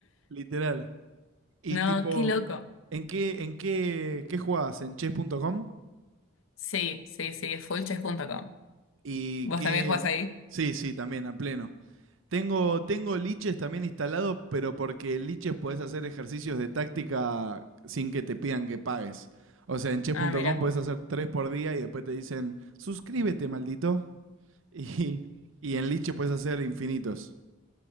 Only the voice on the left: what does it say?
No,
qué loco.
Sí, sí, sí, fullchess.com.
¿Vos
también jugás ahí?
Ah, mira.